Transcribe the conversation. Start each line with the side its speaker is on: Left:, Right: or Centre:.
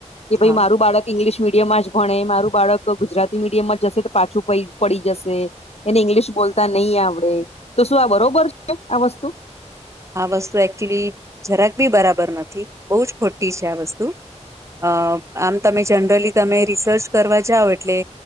Left: કે ભઈ
Right: હા
Left: મારું બાળક ઈંગ્લિશ મીડિયમમાં જ ભણે મારું બાળક ગુજરાતી મીડિયમમાં જશે તો પાછું પઇ પડી જશે એને ઇંગ્લિશ બોલતા નહી આવડે તો શું આ બરોબર છે આ વસ્તુ.
Right: આ વસ્તુ એકચુલી જરાક બી બરાબર નથી બહુ જ ખોટી છે આ વસ્તુ. અ આમ તમે જનરલી તમે રિસર્ચ કરવા જાઓ એટલે